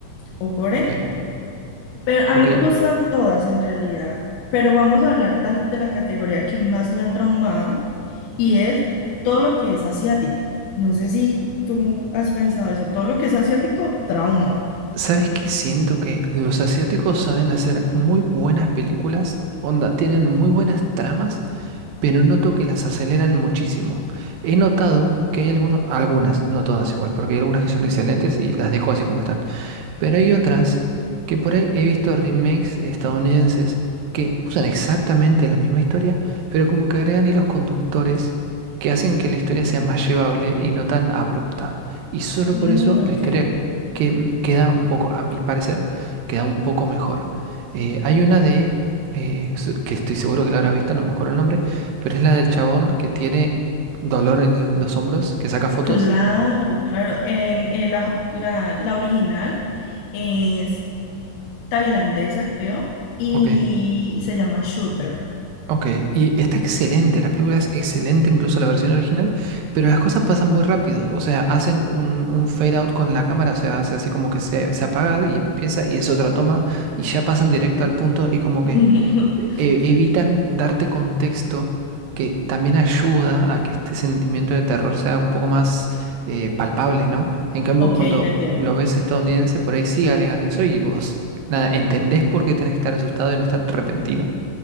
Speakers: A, on the left; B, on the right.
A: o gore.
B: ok,
A: Pero a
B: ok.
A: mí me gustan todas en realidad. Pero vamos a hablar dal- de la categoría que más me ha traumado y es todo lo que es asiático. No sé si tú has pensado eso, todo lo que es asiático, trauma.
B: ¿Sabes qué? Siento que los asiáticos saben hacer muy buenas películas, onda, tienen muy buenas tramas, pero noto que las aceleran muchísimo. He notado que hay algunos, algunas, no todas igual, porque hay algunas que son excelentes y las dejo así como están. Pero hay otras que por ahí he visto remakes estadounidenses que usan exactamente la misma historia, pero como que agregan hilos conductores que hacen que la historia sea más llevable y no tan abrupta. Y solo
A: Mm,
B: por eso la
A: ok.
B: historia que m- queda un poco, a mi parecer, queda un poco mejor. Eh, hay una de, eh, su- que estoy seguro que la habrás visto, no me acuerdo el nombre, pero es la del chabón que tiene dolor en los hombros, que saca fotos.
A: Claro, claro. En, en la, jap- la, la original es tailandesa, creo, y
B: Ok.
A: se llama Shooter.
B: Ok, y está excelente, la película es excelente, incluso la versión original, pero las cosas pasan muy rápido, o sea, hacen un, un fade out con la cámara, o sea, hace así como que se, se apaga y empieza y es otra toma y ya pasan directo al punto y como
A: <laughs>
B: que eh, evitan darte contexto que también ayuda a que este sentimiento de terror sea un poco más eh, palpable, ¿no? En cambio,
A: Ok,
B: cuando
A: te entiendo.
B: lo ves estadounidense, por ahí sí agregan eso y vos, nada, entendés por qué tenés que estar asustado y no es tan repentino.